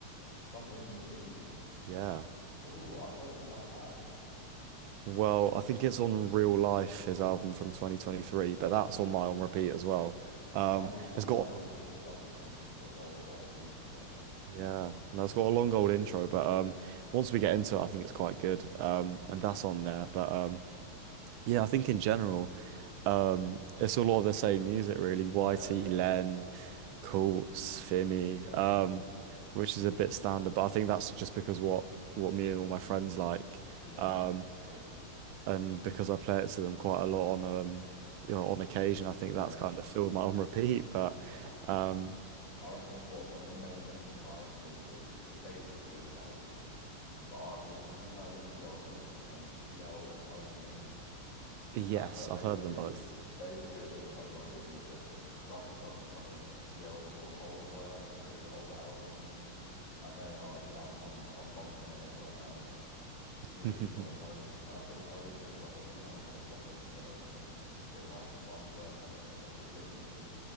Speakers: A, on the left (about 60°); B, on the right (about 75°).
A: Something new.
B: Yeah.
A: Oh, I don't think I have.
B: Well, I think it's on Real Life, his album from 2023,
A: Oh
B: but that's
A: yeah.
B: on my on repeat as well. Um,
A: I need to
B: it's
A: yeah,
B: got
A: I need to discover some some sort of older YT songs, I think.
B: yeah, no, it's got a long old intro, but um, once we get into it, I think it's quite good. Um,
A: Mm.
B: and that's on there, but um, yeah, I think in general, um, it's a lot of the same music really. YT,
A: Yeah, yeah.
B: Len, Courts, Fimi,
A: Yeah.
B: um, which is a bit standard, but I think that's just because what what me and all my friends like.
A: Yeah.
B: Um,
A: True.
B: and because I play it to them quite a lot on um you know on occasion, I think
A: Yeah.
B: that's kind of filled my <laughs> on repeat. But
A: I,
B: um
A: I reckon what one of the main differences I reckon is is basically the same. But I've also have you heard of the artists um CL and Omian? Because
B: yes,
A: that, that
B: I've
A: they
B: heard
A: could
B: of them
A: be
B: both.
A: they could be a bit of homework for you to because I've discovered some of CL's sort of older work, some of his older albums. and they are yeah I'm I'm I'm bumping those right now really
B: <laughs>
A: enjoying those and I think Omian as well if you haven't had a proper listen to Omian it might be might be worth having a, a good listen because